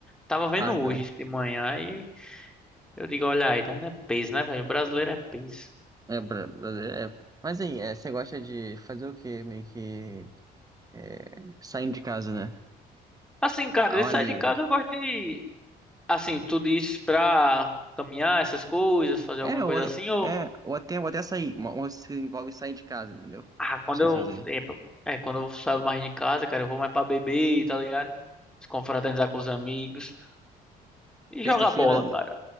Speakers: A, in the centre; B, on the right.
A: Tava vendo
B: Ah, tá.
A: hoje de manhã aí, eu digo, olha aí, tá vendo? É peso, né, velho? O brasileiro é peso.
B: É, Bra- Brasil, é. pô. Mas aí, é, você gosta de fazer o quê? Meio que é, saindo de casa, né?
A: Assim, cara,
B: Ao
A: de sair
B: ar livre.
A: de casa, eu gosto de assim, tudo isso pra caminhar essas coisas, fazer
B: É,
A: alguma coisa
B: ou,
A: assim,
B: é, ou até, ou até sair, uma- ou se envolve sair de casa, entendeu? Pra
A: Ah, quando
B: você
A: eu,
B: fazer.
A: é, pô, é, quando eu saio mais de casa, cara, eu vou mais pra beber, tá ligado? Se confraternizar com os amigos e jogar
B: Sexta-feira,
A: bola, cara.